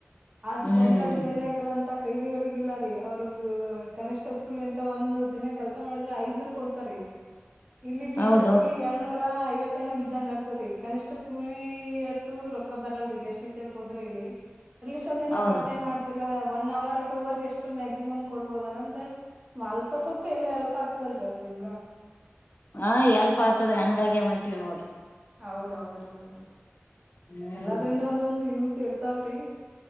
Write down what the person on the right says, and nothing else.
ಅ್
ಸೆಂಟ್ರಲ್ ಜೈಲ್ಗ ಇರೋಂತ ಕೈದಿಗಳಿಗ ಇಲ್ಲಾರಿೀ ಅವ್ರರು ಕನಿಷ್ಠ ಕೂಲಿ ಎಂತ ಒಂದ ದಿನ ಕೆಲ್ಸ ಮಾಡಿದ್ರ ಐದ್ನೂರ್ ಕೊಡ್ತಾರಿ ಇಲ್ಲಿ ಟೀಚರ್ಸ್
ಎರಡ್ ನೂರ ಐವತ್ತೇನು ಬಿದ್ದಂಗ ಆಗ್ತತಿ ಕನಿಷ್ ಕೂಲಿ ಅಟ್ಟು ರೊಕ್ಕ ಬರಲ್ರಿ ಗಷ್ಟಟ್ ಟೀಚರ್ ಹೋದ್ರೆ ಇಲ್ಲಿ ಅಟ್ಸ್ ಅದ ೇನೋ
ಪ್ ೈಮ್ ಲ್ಲ ಒನ್ ಅವರ್ ಟು ಅವರ್ಗೆ ಎಷ್ಟು ಮ್ಯಾಕ್ಸಿಮಮ್ ಕೊಡ್ಬೋದನಂತ ಅಲ್ಪ ಸ್ವಲ್ಪ ಎಲ್ ಹೆಲ್ಪ್ ಆಗ್ತದಲ್ರಿೀ ಅ್ ನಿಮ್ಗ
ಹೌದ್ೌದ್ರೀ ಮೇಡಮ್ರರಿ
ಎಲ್ಲದ್ರಿಂದ ಒಂದೊಂದು್ ಯೂಸ್ ಇರ್ತಾವ್ರಿ